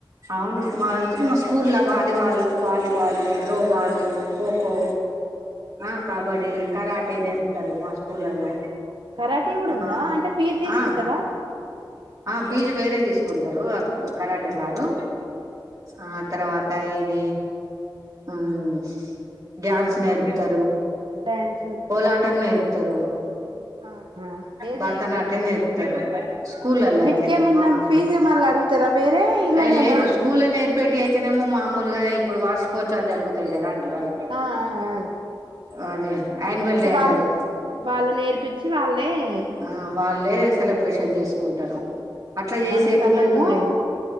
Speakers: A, on the right (about 40°); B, on the right (about 75°).
A: అవును మా యో మా స్కూల్ ల్యాబ్ వాలీబాల్లు వాలీబాలు త్రోబాలు ఖోఖో ఆ కబడి కరాటే టరు మా స్కూళ్లలో
B: కరాటీ కూడా
A: ఆ
B: ఉందా అంటే ఫీజ్ తీసుకుంటారా.
A: ఆ ఆ పీజు వేరే తీసుకుంటారు ఆ కరాటే సారు ఆ తర్వాత త ఇది ఉమ్మ్ డాన్స్ నేర్పుతారు.
B: డ్యాన్స్
A: కోలాటం నేర్పుతారు
B: ఆహా ఏది
A: భరతనాట్యం నేర్పు తరు <inaudible> స్కూల్లల్లో
B: వీటికేమన్నా
A: అయితే మామూలుగా
B: ఫీజు మళ్ళీ అడుగుతారా వేరే ఇలానేనా
A: అయి లేదు స్కూల్ నేర్పేటీ అయితేనేమో మామూలుగా ఇప్పుడు వార్షికోత్సవాలు జరుగుతాయి కదా వాళ్ళకు
B: ఆ ఆ ఆ
A: అదే యాన్యువల్ డే
B: వాళ్ళు
A: అంటారు
B: వాళ్ళు నేర్పించి వాళ్ళే అ <inaudible>
A: ఆ వాళ్ళే సెలబ్రేషన్ చేసుకుంటారు అట్లా చేసేటి
B: మనకు సంబంధం
A: ఏమో
B: లేదు